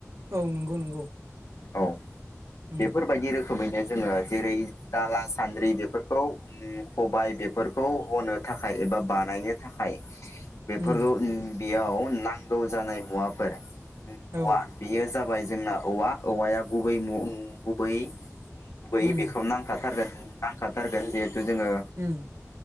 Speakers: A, on the right; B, on the left.
A: औ नंगौ नंगौ
B: औ
A: उम
B: बेफोरबायदि रोखोमैनो जोङो जेरै दाला सान्द्रि बेफोरखौ खबाय बेफोरखौ हो थाखाय बा बानायनो थाखाय बेफोरखौ
A: उम
B: बेयाव नांगौ जानाय मुवाफोर
A: औ
B: औवा बेयो जाबाय जोंना औवा औवाया गुबै गुबै गुबै
A: उम
B: बेखौ नांखाथारगोन नांखाथारगोन जिहेथु जोङो
A: उम